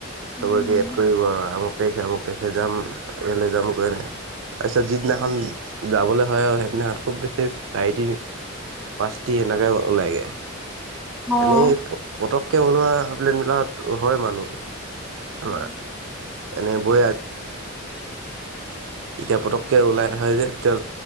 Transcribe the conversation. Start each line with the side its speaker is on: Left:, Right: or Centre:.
Centre: উম।
Right: চবকে এড কৰিব আৰু আম আমুক তাৰিখে আমুক তাৰিখে যাম, এনেই এনেই যাম কৈয়ে থাকে, তাৰপিছত যিদিনাখন
Centre: হয়।
Right: যাবলৈ হয় অ, সেইদিনাখন খুব বেছি চাৰি তিনি পাঁচটি এনেকৈ ওলাইগৈ।
Centre: অ'।
Right: এনেই পতককে বনোৱা প্লেন বিলাকত হয় মানুহ। অ',
Centre: উম।
Right: এনেই বৈ আ এতিয়া পটককে ওলাই হয় যে তেওঁ